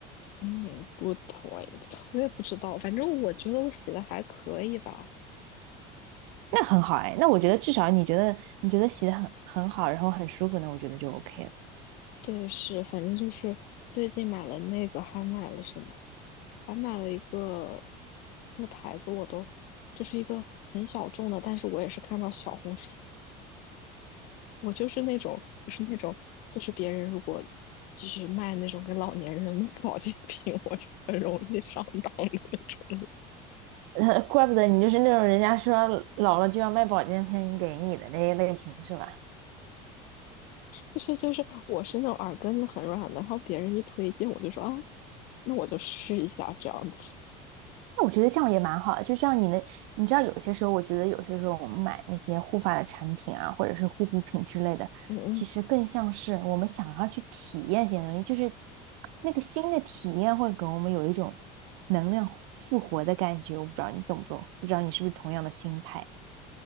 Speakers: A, on the left; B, on the right.
A: 嗯，good point。我也不知道，反正我觉得我洗的还可以吧。
B: 那很好哎，那我觉得至少你觉得你觉得洗的很很好，然后很舒服那我觉得就 OK 了。
A: 对，是，反正就是最近买了那个，还买了什么？还买了一个那个牌子，我都就是一个很小众的，但是我也是看到小红书，我就是那种就是那种就是别人如果就是卖那种给老年人卖保健品，我就很容易上当的那种
B: <laughs> 呃，怪不得你就是那种人家说老了就要卖保健品给你的那一类型是吧？
A: 就是就是我是那种耳根子很软的，然后别人一推荐我就说啊，那我就试一下这样子，
B: 那我觉得这样也蛮好的，就像你的，你知道有些时候，我觉得有些时候我们买那些护发的产品啊，或者是护肤品之类的，
A: 嗯
B: 其实更像是我们想要去体验一些东西，就是那个新的体验会给我们有一种能量复活的感觉。我不知道你懂不懂，不知道你是不是同样的心态？